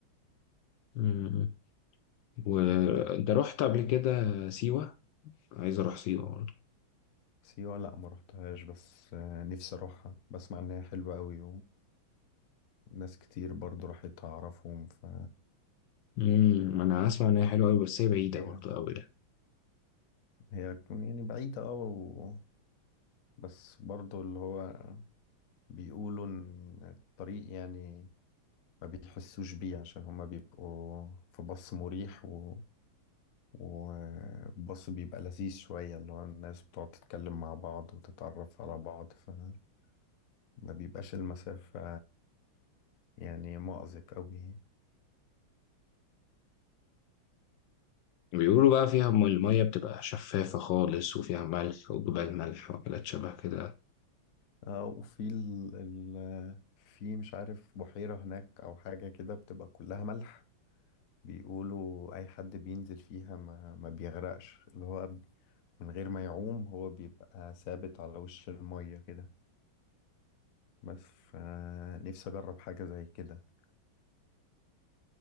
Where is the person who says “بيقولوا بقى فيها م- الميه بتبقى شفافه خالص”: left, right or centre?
Left